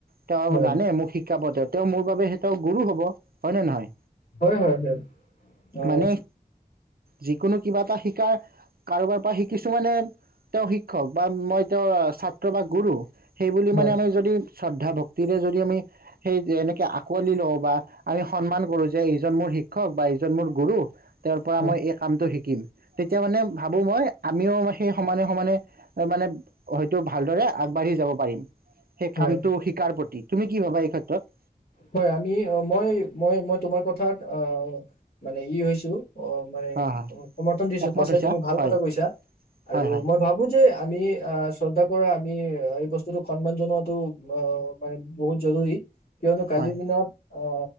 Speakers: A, on the right; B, on the left.
A: তেওঁ
B: হয়
A: জানে মোক শিক শিকাব তেওঁ তেওঁ মোৰ বাবে সেই তেওঁ গুৰু হ'ব। হয় নে নহয়
B: হয় হয় হয় অ
A: মানে যিকোনো কিবা এটা শিকাৰ কাৰোবাৰ পৰা শিকিছো মানে তেওঁ শিক্ষক বা মই তেওঁৰ ছাত্ৰ বা গুৰু সেইবুলি
B: হয়
A: মানে আমি যদি শ্ৰদ্ধা ভক্তিৰে যদি আমি সেই এনেকৈ আঁকোৱালি লওঁ বা আমি সন্মান কৰোঁ যে এইজন মোৰ শিক্ষক বা এইজন মোৰ গুৰু তেওঁৰ পৰা
B: হয়
A: মই এই কামটো শিকিম তেতিয়া মানে ভাবো মই আমিও সেই সমানে সমানে মানে হয়তো ভালদৰে আগবাঢ়ি যাব পাৰিম। সেই
B: হয়
A: কামটো শিকাৰ প্ৰতি তুমি কি ভাবা এই ক্ষেত্ৰত
B: হয় আমি মই মই মই তোমাৰ কথা অ মানে ই হৈছো অ মানে
A: হা হা
B: সমৰ্থন দিছো
A: একমত
B: সঁচাই
A: হৈছা
B: তুমি ভাল
A: হয়
B: কথা কৈছা আৰু
A: হয় হয়
B: মই ভাবো যে আমি অহ শ্ৰদ্ধা কৰা আমি এই বস্তুটোক সন্মান জনোৱাটো মানে বহুত জৰুৰী কিয়নো কালিৰ
A: হয়
B: দিনত অ